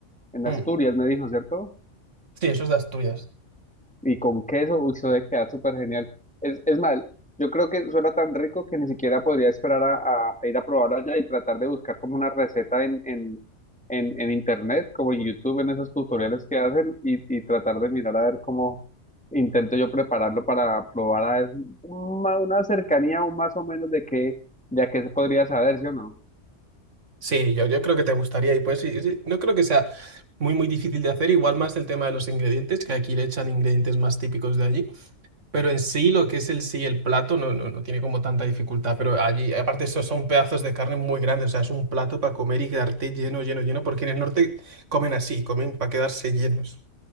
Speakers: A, in the centre; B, on the right.
A: En
B: Mm,
A: Asturias me dijo, ¿cierto?
B: Sí, eso es de Asturias.
A: y con queso, uy, eso debe quedar súper genial. Es, es mal, yo creo que suena tan rico que ni siquiera podría esperar a, a- a ir a probarlo allá y tratar de buscar como una receta en, en, en, en internet, como en YouTube, en esos tutoriales que hacen y, y tratar de mirar a ver cómo intento yo prepararlo para probar a ver una, una cercanía o más o menos de qué, de a qué se podría saber, ¿sí o no?
B: Sí, yo, yo creo que te gustaría y pues sí, sí, no creo que sea muy muy difícil de hacer, igual más el tema de los ingredientes, que aquí le echan ingredientes más típicos de allí, pero en sí lo que es el sí el plato no, no, no tiene como tanta dificultad, pero allí aparte esos son pedazos de carne muy grandes, o sea, es un plato para comer y quedarte lleno, lleno, lleno, porque en el norte comen así, comen para quedarse llenos.